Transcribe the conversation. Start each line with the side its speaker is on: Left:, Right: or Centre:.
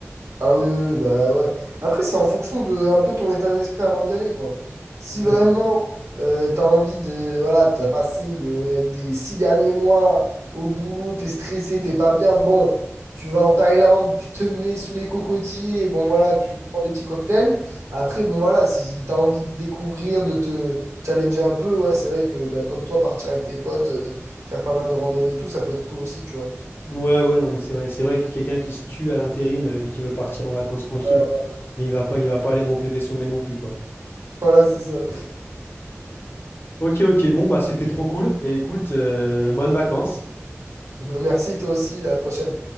Right: Ah oui, oui, oui, bah ouais. Après, c'est en fonction de un peu ton état d'esprit avant d'y aller, quoi. Si
Left: Ouais.
Right: vraiment euh, t'as envie de. Voilà, t'as passé une, euh, des six derniers mois au boulot, t'es stressé, t'es pas bien, bon, tu vas en Thaïlande, tu te mets sous les cocotiers, bon voilà, tu prends des petits cocktails. Après, bon voilà, si t'as envie de découvrir, de te challenger un peu, ouais, c'est vrai que bah, comme toi, partir avec tes potes, euh, faire pas mal de randonnées et tout, ça peut être cool aussi, tu vois.
Left: Ouais, ouais, non, mais c'est vrai. C'est vrai que quelqu'un qui se tue à l'intérim euh, et qui veut partir en vacances tranquille,
Right: Ouais, ouais.
Left: mais il va pas, il va pas aller monter des sommets non plus, quoi.
Right: <laughs> Voilà, c'est ça.
Left: Ok, ok, bon, bah c'était trop cool. Et écoute, euh, bonnes vacances.
Right: <laughs> Merci, toi aussi, à la prochaine.